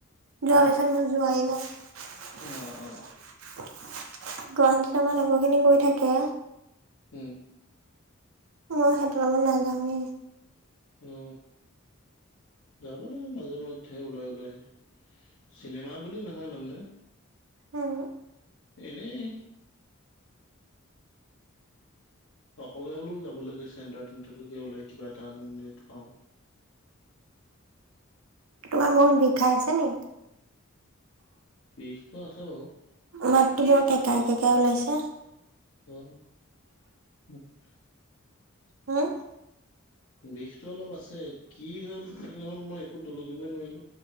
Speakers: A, on the right; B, on the left.
A: যোৱা
B: উম,
A: পিছত মই যোৱাই নাই গুৱাহাটীত
B: অ অ
A: আমাৰ লগৰ খিনি গৈ থাকে
B: হম
A: মই সিহতৰ লগত নাযাওঁৱেই
B: অ যাব লাগে মাজে মধ্যে ওলাই ওলাই চিনেমা বুলি নহয় তাৰমানে।
A: উম।
B: এনেই। অকলে হ'লেও যাব লাগে চেণ্টাৰ তেণ্টাৰলৈকে ওলাই কিবা এটা আনোগে খাওঁ।
A: তোমাৰ মন বিষাই আছে নে।
B: বিষটো আছে বাৰু
A: মাতটো বৰ কেকাই কেকাই ওলাইছে।
B: <unintelligible>
A: উম
B: বিষতটো অলপ আছে কি হ'ল কি নহল মই একো তলকিবই নোৱাৰিলো।